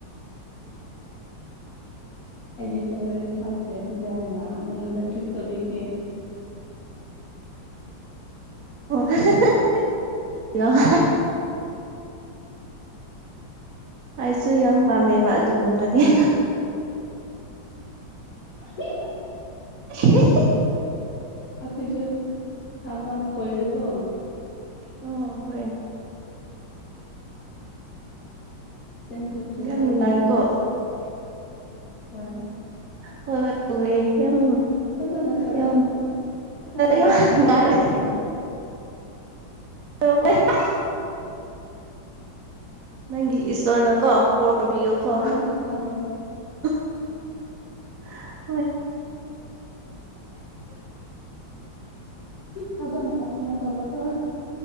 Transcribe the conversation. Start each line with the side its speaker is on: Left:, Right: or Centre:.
Left: ꯑꯩꯒꯤ ꯁꯦꯂꯔꯤ ꯄꯥꯝꯈ꯭ꯔꯦ ꯑꯗꯨ ꯌꯥꯅꯤꯅ ꯅꯪꯉꯣꯟꯗ ꯇ꯭ꯔꯤꯠ ꯇꯧꯕꯤꯒꯦ
Right: ꯑ ꯑꯣ ꯀ ꯑꯩꯁꯨ ꯌꯥꯝ ꯄꯥꯝꯃꯦꯕ ꯑꯗꯨꯒꯨꯝꯕꯗꯤ <inaudible>
Left: <inaudible>
Right: <inaudible>
Left: ꯑꯩꯈꯣꯏꯁꯦ ꯊꯥꯕ ꯀꯣꯏꯔꯦꯀꯣ
Right: ꯑꯣ ꯍ
Left: ꯆꯦꯟꯊꯣꯛꯈ꯭ꯔꯦ
Right: ꯌꯥꯝ
Left: ꯀꯣꯗꯤ
Right: ꯅꯨꯡꯉꯥꯏꯔꯦꯀꯣ
Left: ꯍꯣꯏ
Right: ꯍꯣꯏ ꯍꯣꯏ ꯎꯋꯦ ꯌꯥꯝ
Left: ꯐꯆꯅ ꯆ
Right: ꯌꯥꯝ
Left: ꯐꯖꯅ
Right: ꯌꯥꯝ
Left: ꯆꯠꯊꯔꯣꯀꯣ
Right: ꯅꯨꯡꯉꯥꯏꯔꯦ ꯍ ꯅꯪꯒꯤ ꯏꯁꯣꯔꯅ ꯀꯣ ꯄꯣꯔꯕꯤꯌꯣ ꯀꯣ
Left: ꯐꯖꯅ ꯊꯥꯔꯣ
Right: <inaudible> ꯍꯣꯏ
Left: ꯐꯖꯅ ꯄꯥꯊꯅ ꯇꯔꯛꯀ